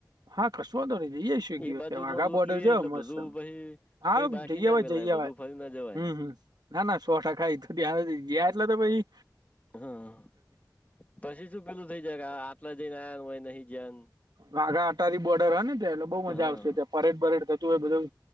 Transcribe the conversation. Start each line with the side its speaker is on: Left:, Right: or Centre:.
Right: હા કસવાતો નહી જઈ આવીશું એક દિવસ
Left: એ બાજુ
Right: ત્યાં વાઘા
Left: તો લૂટ
Right: બોર્ડર
Left: લઈએ
Right: જ
Left: એટલે
Right: મસ્તમ
Left: બધું પછી
Right: હા
Left: કઈ બાકી
Right: જઈવાય
Left: ના મેલાય
Right: જઈવાય.
Left: બધું ફરી ના જવાય.
Right: હમ્મ હમ્મ ના ના સો ટકા એ તો <unintelligible> એટલે તો ભાઈ
Left: હા પછી શું પેલું થઇ જકે આટલા જઈને આયા હોય નહી જયાન
Right: વાઘા અટારી બોર્ડર હો ને ત્યા એટલે બઉુ મજા
Left: હા
Right: આવશે ત્યાં પરેડ પરેડ થતું હોય બધું.